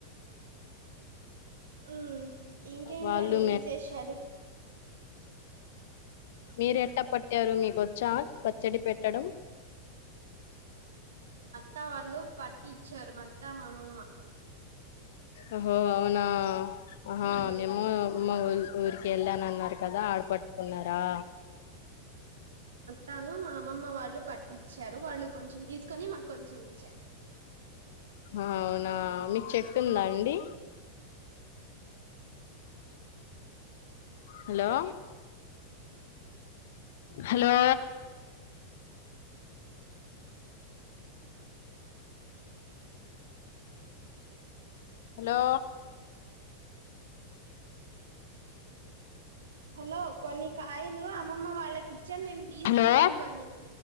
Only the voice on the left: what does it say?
వాళ్ళు
మీర ఎట్ట పట్టారు మీకొచ్చా పచ్చడి పెట్టడం
ఒహో అవునా ఆహా
మేము మా వొ ఊరికి వెళ్ళాన అన్నారు కదా ఆడ పట్టుకున్నారా
అవునా మీకు చెట్టు ఉందా అండి హలో హలో హలో
హలో